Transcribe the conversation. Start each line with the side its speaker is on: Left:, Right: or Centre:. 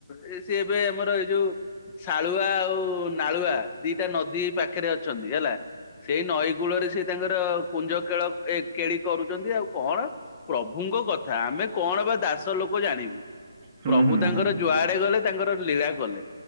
Left: ଏ ସିଏ ଏବେ ଆମର ଏଇ ଯୋଉ ଶାଳୁଆ ଆଉ ନାଳୁଆ ଦିଟା ନଦୀ ପାଖରେ ଅଛନ୍ତି ହେଲା ସେଇ ନଈ କୂଳରେ ସିଏ ତାଙ୍କର କୁଞ୍ଜ କେଳ ଏ କେଳି କରୁଚନ୍ତି ଆଉ କଣ ପ୍ରଭୁଙ୍କ କଥା ଆମେ କଣ ବା ଦାସ ଲୋକ ଜାଣିବୁ।
Right: ହୁଁ
Left: ପ୍ରଭୁ
Right: ହୁଁ
Left: ତାଙ୍କର
Right: ହୁଁ
Left: ଯୁଆଡେ ଗଲେ ତାଙ୍କର ଲୀଳା କଲେ।